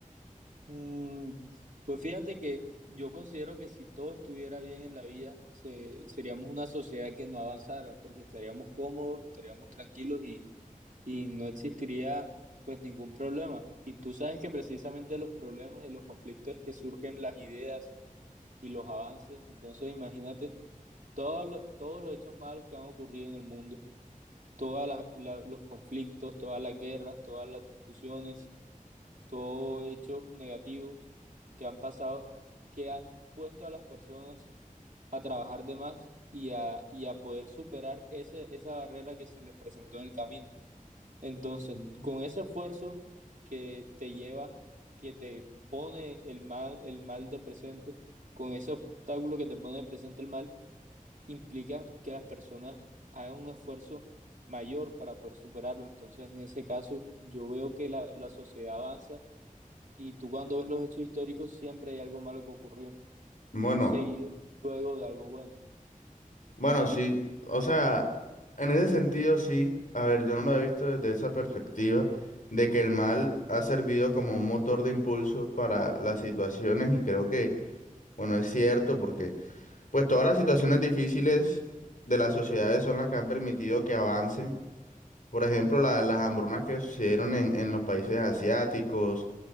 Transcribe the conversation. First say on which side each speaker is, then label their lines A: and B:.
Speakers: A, on the right; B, on the left.
A: Mm, pues fíjate que yo considero que si todo estuviera bien en la vida, se, seríamos una sociedad que no avanzara, porque estaríamos cómodos, estaríamos tranquilos y, y no existiría pues ningún problema. Y tú sabes que precisamente los problemas y los conflictos es que surgen las ideas y los avances. Entonces imagínate Todos los, todos los hechos malos que han ocurrido en el mundo, todos los conflictos, todas las guerras, todas las discusiones, todos hechos negativos que han pasado, que han puesto a las personas a trabajar de más y a, y a poder superar ese, esa barrera que se les presentó en el camino. Entonces,
B: Ujú.
A: con ese esfuerzo que te lleva, que te pone el mal, el mal de presente, con ese obstáculo que te pone de presente el mal, implica que las personas hagan un esfuerzo mayor para poder superarlo. Entonces, en ese caso, yo veo que la, la sociedad avanza y tú cuando ves los hechos históricos siempre hay algo malo que ocurrió,
B: Bueno,
A: seguido luego de algo bueno.
B: bueno, sí. O sea, en ese sentido, sí. A ver, yo no lo he visto desde esa perspectiva de que el mal ha servido como un motor de impulso para las situaciones y creo que, bueno, es cierto porque, pues, todas las situaciones difíciles de las sociedades son las que han permitido que avancen. Por ejemplo, la- las hambrunas que sucedieron en, en los países asiáticos